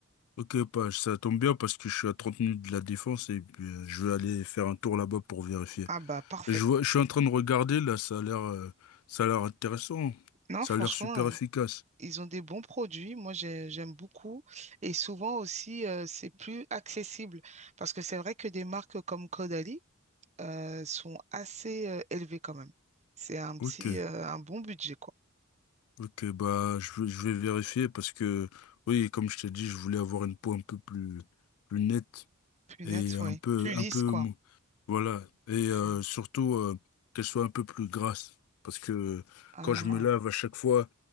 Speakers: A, on the left (about 70°); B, on the right (about 30°).
A: Ok, pas, ça tombe bien parce que je suis à 30 minutes de la défense et puis euh, je vais aller faire un tour là-bas pour vérifier.
B: Ah bah parfait.
A: je vois, je suis en train de regarder là, ça a l'air, euh, ça a l'air intéressant,
B: Non,
A: ça
B: franchement,
A: a l'air super
B: euh,
A: efficace.
B: ils ont des bons produits. Moi, j'ai- j'aime beaucoup. Et souvent aussi, euh, c'est plus accessible. Parce que c'est vrai que des marques comme Caudalie euh, sont assez euh, élevées quand même. C'est un
A: Ok,
B: petit, euh, un bon budget, quoi.
A: ok, bah je vais, je vais vérifier parce que oui, comme je t'ai dit, je voulais avoir une peau un peu plus, plus nette
B: Plus
A: et
B: net,
A: un
B: oui.
A: peu,
B: Plus lisse,
A: un peu,
B: quoi.
A: mou- voilà, et
B: Plus...
A: euh, surtout euh, qu'elle soit un peu plus grasse parce que
B: Ah.
A: quand je me lave à chaque fois,